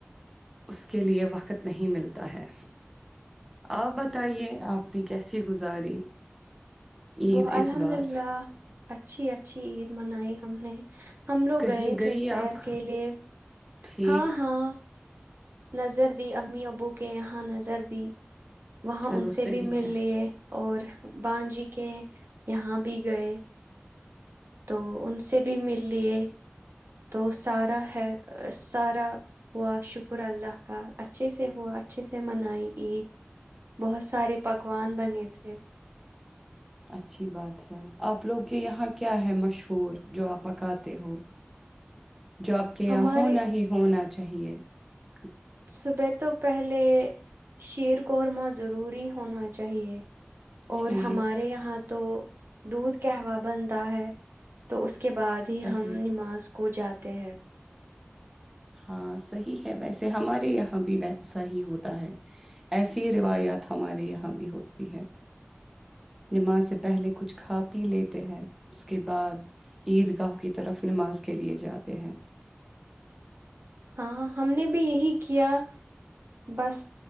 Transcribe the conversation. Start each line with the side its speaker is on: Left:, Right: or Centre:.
Centre: اس کے لیے وقت نہیں ملتا ہے آپ بتائیے آپ نے کیسی گزاری <unintelligible> عید
Right: ب
Centre: اس
Right: الحمد
Centre: بار
Right: للہ اچھی اچ اچھی عید منائی ہم نے <unintelligible> ہم لوگ
Centre: کہیں
Right: گئے
Centre: گئی
Right: تھے شیر
Centre: آپ
Right: کے لیے
Centre: ٹھیک
Right: ہاں ہاں نظر دی امی ابو کے یہاں نظر دی وہاں
Centre: چلو
Right: ان سے
Centre: صحیح
Right: بھی مل
Centre: ہے
Right: لیے اور بانجی کے یہاں بھی گئے تو ان سے بھی مل لیے تو سارا ہے سارا ہوا شکر اللہ کا اچھے سے ہوا اچھے سے منائی عید بہت سارے پکوان بنے تھے
Centre: اچھی بات ہے آپ لوگ کے یہاں کیا ہے مشہور جو آپ پکاتے ہو جاب کے
Right: ہمارے
Centre: ہونا ہی ہونا چاہیے چاہیے <unintelligible>
Right: صبح تو پہلے شیر قورمہ ضروری ہونا چاہیے اور
Centre: ٹھیک
Right: ہمارے یہاں تو دھ کہوا بنتا ہے تو اس کے بعد ہی
Centre: صحیح
Right: ہم نماز کو جاتے ہیں
Centre: ہاں صحیح ہے ویسے ہمارے یہاں بھی ویسا ہی ہوتا ہے ایسی روایات ہمارے یہاں بھی ہوتی ہے نماز سے پہلے کچھ کھا پی لیتے ہیں اس کے بعد عید گاہ کی طرف نماز کے لیے جاتے ہیں
Right: ہاں ہم نے بھی یہی کیا بس